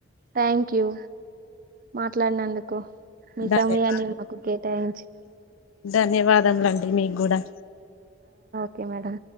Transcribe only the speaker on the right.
థాంక్ యూ మాట్లాడినందుకు మీసమయాన్ని
మాకు కే టయించు
కే మేడం